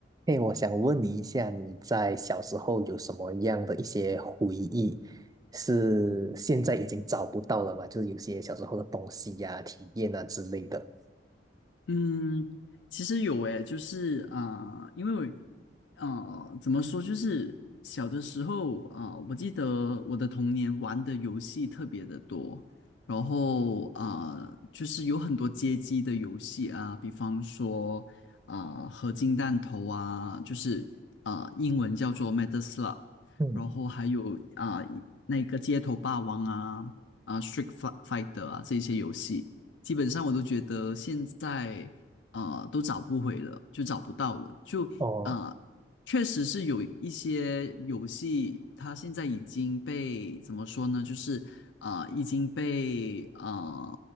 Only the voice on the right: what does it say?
哎，我想问你一下，你在小时候有什么样的一些回忆，是现在已经找不到了吗？就是有些小时候的东西呀、体验啊之类的。
嗯，
哦，